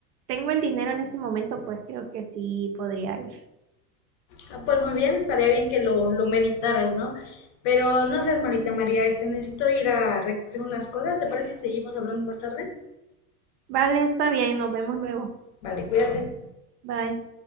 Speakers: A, on the right; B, on the left.
A: tengo el dinero en ese momento, pues creo que sí podría ir.
B: Ah, Pues muy bien, estaría bien que lo, lo meditaras, ¿no? Pero no seas malita, María, este, necesito ir a recoger unas cosas, ¿te parece si seguimos hablando más tarde?
A: Vale, está bien, nos vemos luego.
B: Vale, cuídate.
A: Bye.